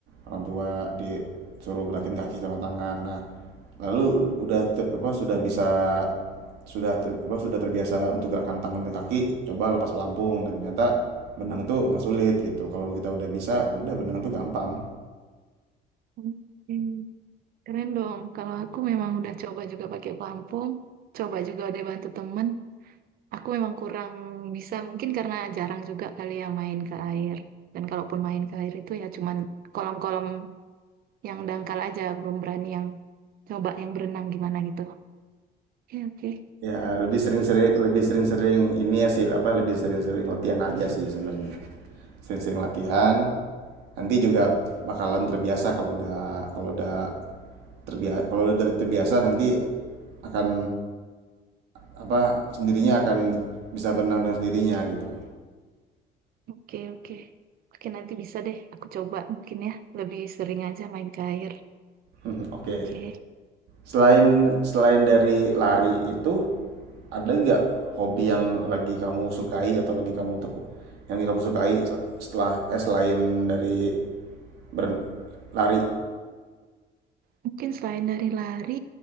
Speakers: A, on the right (about 75°); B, on the right (about 60°).
A: orang tua, disuruh gerakin kaki sama tangan. Nah, lalu udah te apa, sudah bisa sudah te apa, sudah terbiasa untuk gerakan tangan dan kaki, coba lepas pelampung dan ternyata berenang tuh nggak sulit gitu. Kalau kita udah bisa, ya udah berenang tuh gampang.
B: Oke. Keren dong. Kalau aku memang udah coba juga pakai pelampung, coba juga udah bantu temen. Aku memang kurang bisa mungkin karena jarang juga kali ya main ke air. Dan kalaupun main ke air itu ya cuman kolam-kolam yang dangkal aja belum berani yang coba yang berenang gimana gitu oke oke
A: Ya, lebih sering-sering lebih sering-sering ini ya sih apa lebih sering-sering latihan aja sih sebenarnya. Sering-sering latihan.
B: O-
A: Nanti juga bakalan terbiasa kalau udah kalau udah terbiasa kalau udah ter- terbiasa nanti akan apa sendirinya akan bisa berenang dengan sendirinya gitu.
B: oke oke oke nanti bisa deh aku coba mungkin ya lebih sering aja main ke air
A: <laughs> Mhm, Oke.
B: oke
A: Selain selain dari lari itu ada nggak hobi yang lagi kamu sukai atau lagi kamu teku, yang lagi kamu sukai se- setelah eh selain dari beren- lari?
B: mungkin selain dari lari